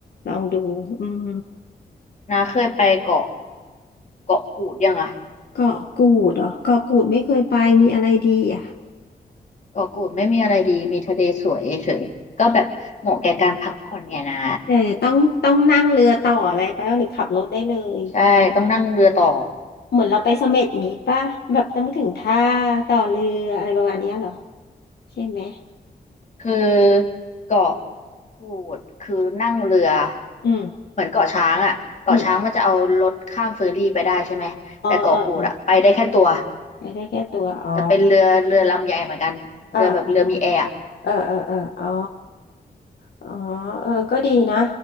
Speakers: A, on the left (about 75°); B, on the left (about 45°).
A: ลองดูอืม
B: นาเคยไปเกาะเกาะกูดยังอะ
A: เกาะกูดเหรอเกาะกูดไม่เคยไปมีอะไรดีอ่ะ
B: เกาะกูดไม่มีอะไรดีมีทะเลสวยเฉยก็แบบเหมาะแก่การพักผ่อนเนี่ยนะ
A: แต่ต้องต้องนั่งเรือต่ออะไรไปปะหรือขับรถได้เลย
B: ใช่ต้องนั่งเรือต่อ
A: เหมือนเราไปเสม็ดงี้ป่ะแบบต้องถึงท่าต่อเรืออะไรประมาณเนี้ยเหรอใช่ไหม
B: คือ
A: อืม
B: เกาะกูดคือนั่งเรือ
A: อืม
B: เหมือนเกาะช้างอะเกาะช้างมันจะเอารถข้ามเฟอร์รี่ไปได้ใช่ไหมแต่เกาะกูดอะไปได้แค่ตัว
A: อืมเอ๋อเออเอออยากได้แค่ตัวอ๋อ
B: แต่เป็นเรือเรือลำใหญ่เหมือนกันเรือแบบเรือมีแอร์
A: เออเออเออเอออ๋ออ๋อเออก็ดีนะ